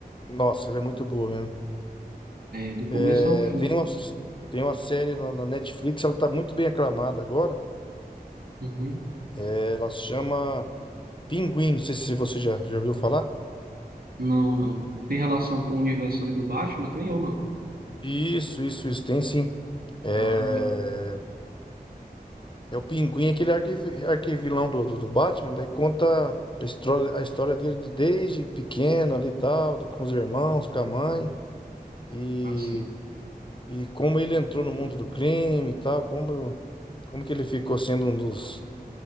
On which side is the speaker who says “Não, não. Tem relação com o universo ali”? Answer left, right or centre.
Right